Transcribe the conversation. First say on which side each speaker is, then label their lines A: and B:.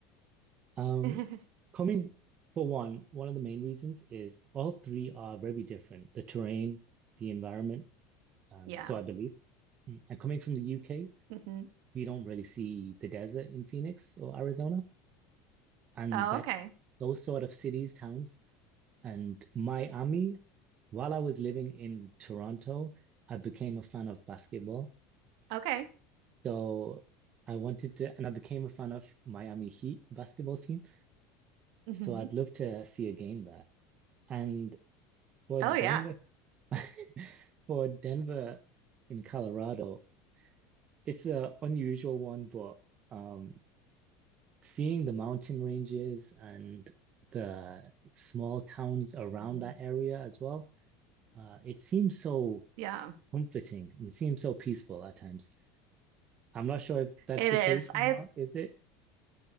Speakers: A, on the right; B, on the right.
A: Um,
B: <laughs>
A: coming for one, one of the main reasons is all three are very different, the terrain, the environment, um,
B: Yeah.
A: so I believe. Mm. And coming from the UK,
B: hmm
A: we don't really see the desert in Phoenix or Arizona, and
B: Oh,
A: that's
B: okay.
A: those sort of cities, towns. And Miami, while I was living in Toronto, I became a fan of basketball.
B: Okay.
A: So I wanted to, and I became a fan of Miami Heat basketball team.
B: hmm
A: So I'd love to see a game there. And for
B: Oh,
A: Denver
B: yeah.
A: <laughs> For Denver in Colorado, it's a unusual one, but um, seeing the mountain ranges and the small towns around
B: hmm
A: that area as well, uh, it seems so
B: Yeah.
A: comforting. It seems so peaceful at times. I'm not sure if that's
B: It
A: the
B: is.
A: case or
B: I
A: not, is it?